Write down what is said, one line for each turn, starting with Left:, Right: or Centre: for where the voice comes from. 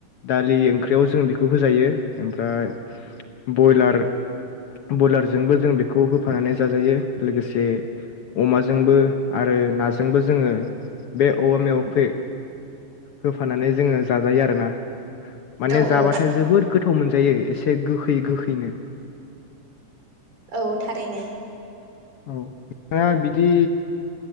Left: दालि ओंख्रियाव जों बेखौ होजायो ओमफ्राय बयलार ब्रयलारजोंबो जों बेखौ होफानानै जाजायो लोगोसे अमाजोंबो आरो नाजोंबो जोङो बे औवा मेवायावखौ होफानानै जोङो जाजायो आरोना माने
Right: औ
Left: जाबाथाय
Right: औ
Left: जोबोद गोथाव मोनजायो एसे गोखै गोखैनो
Right: औ थारैनो
Left: औ नोंथां बिदि